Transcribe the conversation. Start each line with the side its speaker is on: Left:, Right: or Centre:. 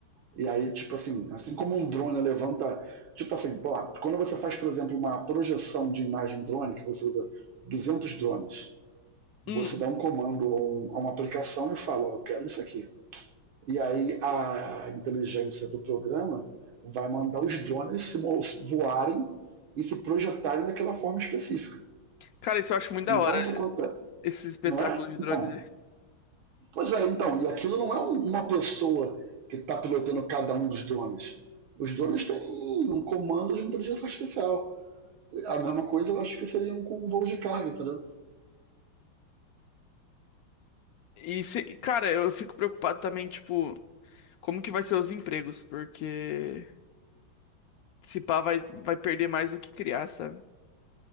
Right: E aí, tipo assim, assim como um drone levanta. Tipo assim, pô, quando você faz, por exemplo, uma projeção de imagem drone, que você usa 200 drones, você
Left: Hum,
Right: dá um comando a, um- a uma aplicação e fala, ó, eu quero isso aqui. E aí a inteligência do programa vai mandar os drones se voarem e se projetarem daquela forma específica.
Left: cara, isso eu acho muito
Right: Então,
Left: da hora.
Right: o que acontece?
Left: Esse espetáculo
Right: Não é?
Left: de drone.
Right: Então, pois é, então, e aquilo não é um, uma pessoa que está pilotando cada um dos drones. Os drones têm um comando de inteligência artificial. A mesma coisa eu acho que seria um com um voo de carga, entendeu?
Left: E, se- e, cara, eu fico preocupado também, tipo, como que vai ser os empregos, porque se pá vai, vai perder mais do que criar, sabe?